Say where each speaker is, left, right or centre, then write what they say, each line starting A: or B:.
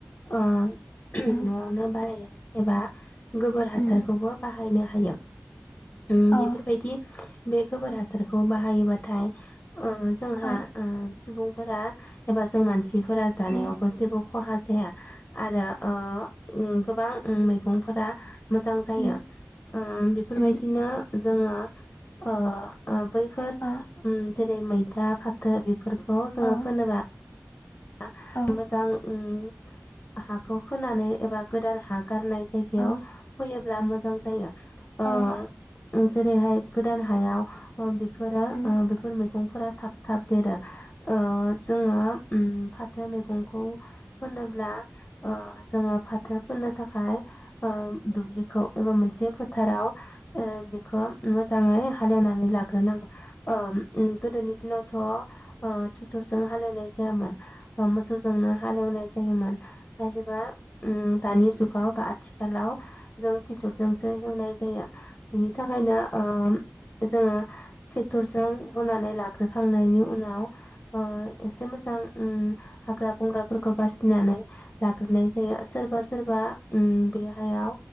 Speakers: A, on the left; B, on the left.
A: ओ
B: औ
A: न'आवनो बानायनाय एबा गोबोर हासारखौबो
B: उम
A: बा हायनो हायो। उम बेफोरबायदि
B: औ
A: बे गोबोर हासार खौ बाहायोबाथाय ओ जोंहा
B: औ
A: ओ सुबुं फोरा एबा जों मानसि जानायावबो
B: उम
A: जेबो खहा जाया आरो ओ उम गोबां उम मैगं फोरा मोजां जायो।
B: उम
A: उम बेफोर
B: उम
A: बायदिनो जोङो ओ ओब बैफोर
B: औ
A: उम जेरै मैथा फाथो बेब फोरखौ जोङो
B: औ
A: फोनोबा बा
B: औ
A: मोजां उम हाखौ खोनानै एबा गोदान हा गारनाय जायगायाव
B: औ
A: फैयो ब्ला मोजां जायो। ओ
B: औ
A: उम जेरैहाय गोदान हायाव ओम बेफोरो
B: उम
A: ओ बेफोर मै गंफोरा थाब थाब देरो। ओ जोङो उम फाथो मैगंखौ फोनोब्ला ओ-जोङो फाथो फोनोद थाखाय। ओ दुब्लिखौ एबा मोनसे। बे फोथाराव। ओ- बिखौ मोजाङै। हालेवनानै लाग्रोनांगौ। ओम ओ-गोदोनि दिनावथ'। ओ। थरजों हालेवनायस <unintelligible> बा मोसौजोंनो हालेवनाय जायोमोन। नाथायबा ओम दानि जुग बा आथिखालाव। जों टिक्टरजोंसो एवनाय जायो। बिनि थाखायनो ओम। जोङो टेक्टरजों एवउनानै लाग्रोखांनायनि उनाव। ओ एसे मोज ओं‌ उम हाग्रा बंग्राफोरखौ बासिनानै। लाग्रोनाय जायो ओ-सोरब रबा सोरबा। उम बे हायाव